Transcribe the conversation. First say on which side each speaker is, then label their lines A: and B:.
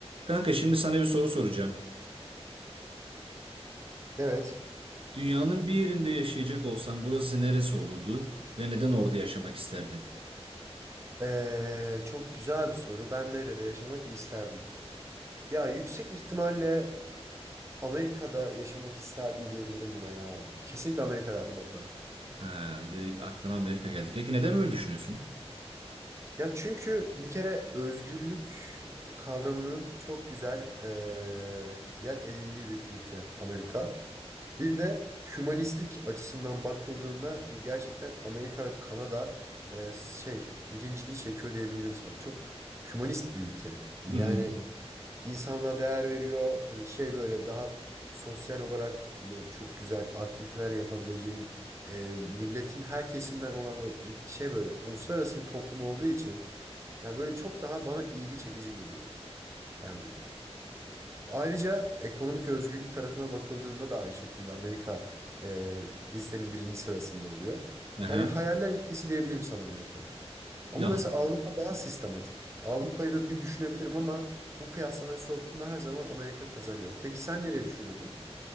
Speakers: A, on the right; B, on the right.
A: Kanka şimdi sana bir soru soracağım.
B: Evet.
A: Dünyanın bir yerinde yaşayacak olsan burası neresi olurdu ve neden orada yaşamak isterdin?
B: Ee, çok güzel bir soru. Ben nerede yaşamak isterdim? Ya yüksek ihtimalle Amerika'da yaşamak isterdim diyebilirim buna ya. Kesinlikle Amerika derdim hatta.
A: Ha, direkt aklına Amerika geldi. Peki neden böyle düşünüyorsun?
B: Ya çünkü bir kere özgürlük kavramının çok güzel ee, yer edindiği bir ülke Amerika. Bir de hümanistlik açısından bakıldığında ge- gerçekten Amerika ve Kanada ee, şey birinciliği çekiyor diyebilirim sana. Çok hümanist bir ülke.
A: Hı
B: Yani
A: hı.
B: insanlığa değer veriyor. Hani şey böyle daha sosyal olarak yine çok güzel aktiviteler yapabileceğin e, milletin her kesimden olan böyle in- şey böyle uluslararası bir toplum olduğu için yani böyle çok daha bana ilgi çekici geliyor. Yani böyle- ayrıca ekonomik özgürlük tarafına bakıldığında da aynı şekilde Amerika e, listenin birinci sırasında oluyor.
A: Aha,
B: Yani hayaller ülkesi diyebilirim sana Amerika. Ama
A: yanlış.
B: mesela Avrupa daha sistematik. Avrupa'yı da bir düşünebilirim ama bu kıyaslamaya soktuğumda her zaman Amerika kazanıyor. Peki sen nereye düşünürdün?